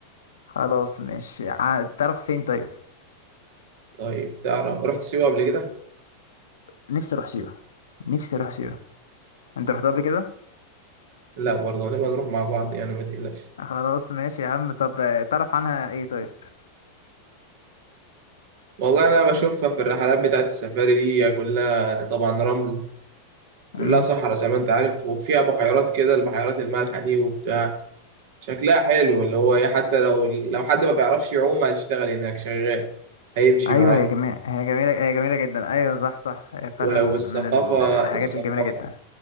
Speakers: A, on the left; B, on the right.
A: خلاص مش ع- تعرف فين طيب
B: طيب تعرف رحت سيوة قبل كده؟
A: نفسي اروح سيوه نفسي اروح سيوه انت رحت قبل كده
B: لا برضه هنبقى نروح مع بعض يعني ما تقلقش
A: آه، خلاص ماشي يا عم طب آه، تعرف عنها ايه طيب
B: والله انا بشوفها في الرحلات بتاعت السفاري دي كلها طبعا رمل كلها
A: امم
B: صحراء زي ما انت عارف وفيها بحيرات كده البحيرات المالحة دي وبتاع شكلها حلو اللي هو ايه حتى لو لو حد ما بيعرفش يعوم هيشتغل هناك شغال هيمشي
A: ايوه
B: معاك
A: هي جميله هي جميله هي جميله جدا ايوه صح صح هي فعلا
B: و- والثقافة
A: من الحاجات
B: الثقافة
A: الجميله جدا